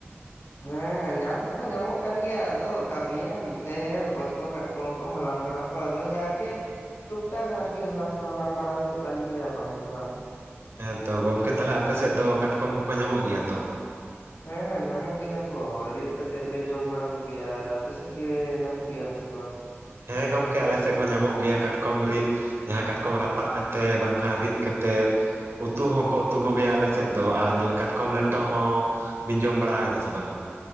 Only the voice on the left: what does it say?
ᱦᱮ ᱧᱟᱢ ᱫᱚ ᱠᱚ ᱧᱟᱢᱚᱜ ᱠᱟᱱ ᱜᱮᱭᱟ ᱟᱫᱚ ᱠᱟᱢᱤᱭᱟᱢ ᱥᱮ ᱨᱚᱠᱚᱡ ᱠᱚ ᱠᱟᱴ- ᱠᱚᱢ ᱠᱚ ᱦᱟᱞᱟᱝ ᱵᱟᱲᱟ ᱠᱚᱣᱟ ᱟᱫᱚ ᱡᱟᱜᱮ ᱴᱩᱠ ᱴᱟᱠ ᱟᱨᱠᱤ ᱦᱟᱞᱟᱝ ᱫᱚ ᱦᱟᱞᱟᱝ ᱵᱟᱲᱟ ᱦᱩᱭᱩᱜ ᱠᱟᱱ ᱜᱮᱭᱟ ᱵᱟᱝ ᱫᱚ ᱵᱟᱝ
ᱦᱮᱸ ᱧᱟᱢᱚᱜ ᱜᱮᱭᱟ ᱠᱚ ᱨᱤᱫ ᱠᱟᱛᱮᱜ ᱞᱮ ᱡᱚᱢ ᱵᱟᱲᱟ ᱠᱚ ᱜᱮᱭᱟ ᱟᱨ ᱟᱯᱮ ᱥᱮᱫ ᱜᱮ ᱧᱟᱢᱚᱜ ᱜᱮᱭᱟ ᱠᱚ ᱥᱮ ᱵᱟᱝ